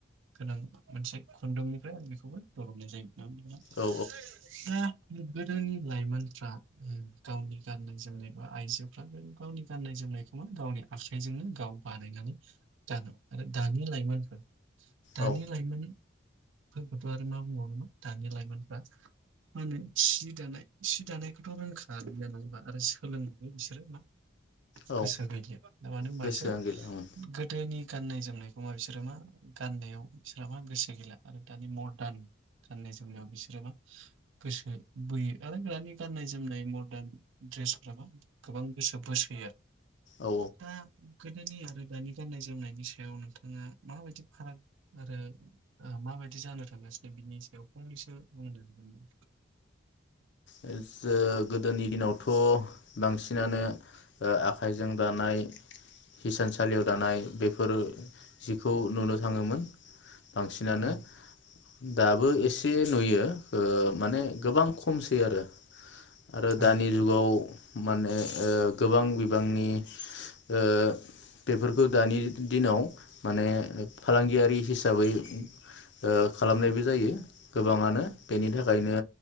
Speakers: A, on the right; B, on the left.
A: गोनां मोनसे खुन्दुंनिफ्राय आरो बिखौबो बरननाय जायो।
B: औ
A: <unintelligible> गोदोनि लाइमोनफ्रा गावनि गाननाय जोमनाय बा आइजोफ्रा गावनि गाननाय जोमनायखौनो गावनि आखाइजोंनो गाव बानायनानै गानो आरो दानि लाइमोनफोर दानि
B: औ
A: लाइमोन फोरखोथ' आरो मा बुंबावनो न दानि लाइमोनफ्रा मा होनो सि दानाय सि दानायखौथ' रोंखागो नङा होमबा आरो सोलोङोबो बिसोरो मा
B: औ
A: गोसो गैलिया मानो होनबा
B: गोसोआनो
A: इसोरो
B: गैला ओं
A: गोदोनि गाननाय जोमनायखौ मा बिसोरो मा गाननायाव इसोरा मा गोसो गैला आरो दानि मदार्न गाननाय जोमनायाव बिसोरो मा गोसो बोयो आरो दानि गाननाय जोमनाय मदार्न ड्रेसफ्राबा गोबां गोसो बोसोयो आरो।
B: औ
A: <unintelligible> गोदोनि आरो दानि गाननाय जोमनायनि सायाव नोंथाङा माबायदि फाराग आरो ओ माबायदि जानो थांगासिनो दा बिनि सायाव फंनैसो बुंनो हागोन नामा?
B: ओ गोदोनि दिनावथ' बांसिनानो ओ आखाइजों दानाय हिसानसालियाव दानाय बेफोर जिखौ नुनो थाङोमोन। बांसिनानो
A: औ
B: दाबो
A: औ
B: एसे नुयो ओ माने खमसै आरो आरो
A: औ
B: दानि जुगाव माने ओ गोबां बिबांनि ओ बेफोरखौ दानि दिनाव माने फालांगियारि हिसाबै ओ खालामनायबो जायो गोबाङानो बेनि थाखायनो